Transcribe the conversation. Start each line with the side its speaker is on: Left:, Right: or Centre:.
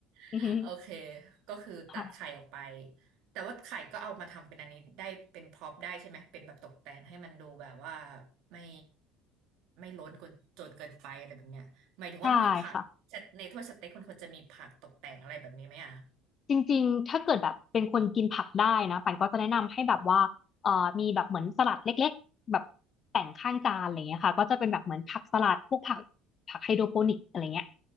Left: อืม
Right: <laughs> โอเคก็คือตัดไข่ออกไป
Left: ค่ะ
Right: แต่ว่าไข่ก็เอามาทำเป็นอันนี้ได้เป็นพร็อพได้ใช่ไหมเป็นแบบตกแต่งให้มันดูแบบว่าไม่ไม่ล้นจนจนเกินไปอะไรแบบเนี้ยหมายถึงว่ามีผัก
Left: ใช่ค่ะ
Right: ในถ้วยสเต็กมันควรจะมีผักตกแต่งอะไรแบบนี้ไหมอ่ะ
Left: จริงๆ ถ้าเกิดแบบเป็นคนกินผักได้นะปันก็จะแนะนำให้แบบว่าเอ่อมีแบบเหมือนสลัดเล็กๆแบบแต่งข้างจานอะไรเงี้ยค่ะก็จะเป็นแบบเหมือนผักสลัดพวกผักผักไฮโดรโปนิกอะไรเงี้ย